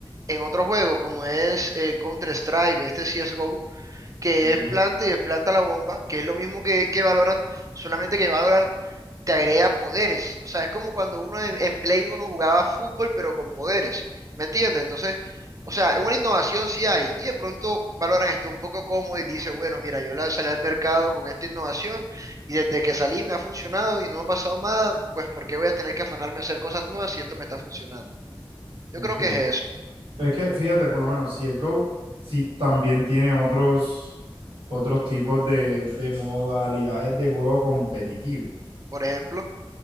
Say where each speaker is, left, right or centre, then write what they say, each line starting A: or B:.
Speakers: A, on the right; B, on the right.
A: en otro juego, como es eh, Counter-Strike, este CSGO. que
B: Ok,
A: es planta y desplanta la bomba, que es lo mismo que, que Valorant, solamente que Valorant te agrega poderes. O sea, es como cuando uno en, en Play uno jugaba fútbol, pero con poderes. ¿Me entiendes? Entonces, o sea, una innovación sí hay. Y de pronto Valorant está un poco cómodo y dice, bueno, mira, yo la- salí al mercado con esta innovación y desde que salí me ha funcionado y no me ha pasado nada, pues ¿por qué voy a tener que afanarme a hacer cosas nuevas si esto me está funcionando? Yo
B: ok.
A: creo que es eso.
B: Pero es que fíjate, por lo menos, si es Go, sí también tiene otros, otros tipos de, de modalidades de juego competitivo.
A: Por ejemplo,